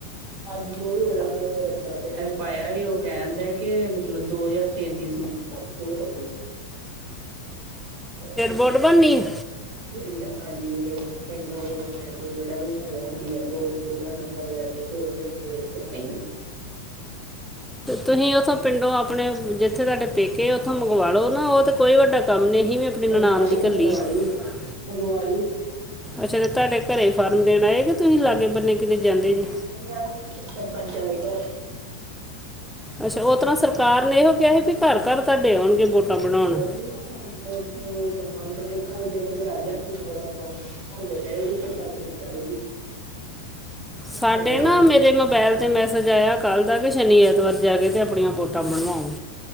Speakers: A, on the right; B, in the centre.
A: ਹਾਂਜੀ ਉਹ ਵੀ ਬੜਾ ਉਹਨਾਂ ਨੇ ਰੱਟਾ ਪਿਆ ਪਾਇਆ ਹੀ ਉਹ ਕਹਿਣਦੇ ਕਿ ਮਤਲਬ ਦੋ ਹਜ਼ਾਰ ਤਿੰਨ ਦੀ ਸੂਚੀ। ਕੱਢ ਕੇ ਲਿਆਉ ਵੀ ਸੀ। ਉਹ ਫਿਰ
B: ਵੋਟ
A: ਮੈਂ
B: ਬਣਨੀ ਹੈ।
A: ਪਿੰਡ ਹਾਂਜੀ ਫਿਰ। ਪਿੰਡ ਫੇਰ ਲੈ ਕੇ ਜਿਹੜਾ ਵੀ ਹੈਗਾ ਬੀ ਐਲ ਓ ਉਹਦਾ ਨੰਬਰ ਲੈ ਕੇ ਤੇ ਉਹਨੇ ਫਿਰ ਲਿਸਟ ਪਾਈ ਮੈਨੂੰ।
B: ਤੁਸੀਂ ਉੱਥੋਂ ਪਿੰਡੋਂ ਆਪਣੇ ਜਿੱਥੇ ਤੁਹਾਡੇ ਪੇਕੇ ਉੱਥੋਂ ਮੰਗਵਾ ਲਉ ਨਾ ਉਹ ਤਾਂ। ਕੋਈ ਵੱਡਾ ਕੰਮ ਨਹੀਂ ਸੀ। ਅਸੀਂ ਵੀ ਆਪਣੀ
A: ਮੰਗਵਾ
B: ਨਨਾਨ
A: ਲਈ
B: ਦੀ ਘੱਲੀ
A: ਮੰਗਵਾ
B: ਆ।
A: ਲਈ ਏ ਮੰਗਵਾ ਲਈ ਏ
B: ਅੱਛਾ ਅਤੇ ਤੁਹਾਡੇ ਘਰ ਫਾਰਮ ਦੇਣ ਆਏ। ਕਿ ਤੁਸੀਂ ਲਾਗੇ ਬੰਨੇ ਕਿਤੇ ਜਾਂਦੇ ਜੇ।
A: ਨਹੀਂ ਅਸੀਂ ਸਰਪੰਚਾਂ ਦੇ ਘਰ।
B: ਅੱਛਾ ਉਹ ਤਰ੍ਹਾਂ ਸਰਕਾਰ ਨੇ ਇਹੋ ਕਿਹਾ ਸੀ ਵੀ ਘਰ ਘਰ ਤੁਹਾਡੇ ਆਉਣਗੇ ਵੋਟਾਂ। ਬਣਾਉਣ
A: ਉਹੀ ਨਾ ਮਤਲਬ ਉੱਥੇ ਸਰਪੰਚ ਨੇ ਘਰ ਜਿਹੜਾ ਜਹਾ ਗਿਆਣੇ ਵਾਲਾ। ਹਾਂ ਸਾਡੇ ਕਹਿ ਰਹੇ ਸੀ ਵੀ ਸਰਪੰਚ ਦੇ ਘਰ ਹੀ।
B: ਸਾਡੇ
A: ਤੇ
B: ਨਾ ਮੇਰੇ। ਪਹਿਲ ਤੇ ਮੈਸੇਜ ਆਇਆ ਕੱਲ ਦਾ ਕਿ ਸ਼ਨੀਵਾਰ ਐਤਵਾਰ ਜਾ ਕੇ ਤੇ ਆਪਣੀਆਂ ਵੋਟਾਂ ਬਣਵਾਓ।